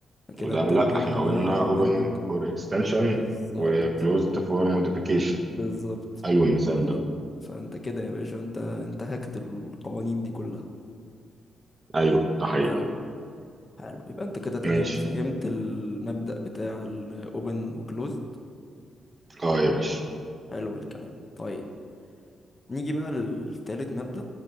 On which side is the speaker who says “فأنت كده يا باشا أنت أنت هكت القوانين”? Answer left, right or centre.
Left